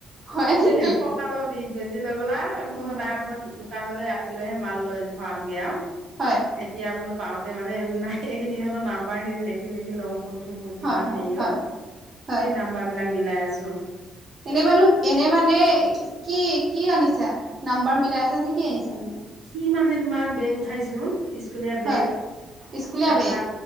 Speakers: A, on the right; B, on the right.
A: হয় নেকি?
B: এতিয়া ককালৰ বিষ। বেজি লৈ পেলা বোলো
A: হয় হয়
B: নাই মই দোকানলৈ ৰাতি কতি লৈহে মাল লয় ভৰামগে আৰু
A: হয়।
B: এতিয়া বোলো পাওঁতে মানে নাইেই খিনি নম্বাৰ খিনি লিখি কোনতো কিমান
A: হয় হয়
B: হেৰিয়
A: হয় হয় হয়।
B: মিলাই আছোঁ।
A: এনে মানহ এনে মানে কি কি আনিছা নাম্বাৰ মিলাই আছা যে কি আনিছা ত মানে
B: কি মানে তোমাৰ বেগ উঠাইছো স্কুলীয়া বেগ।
A: হয় স্কুলীয়া
B: তাৰপা
A: বেগ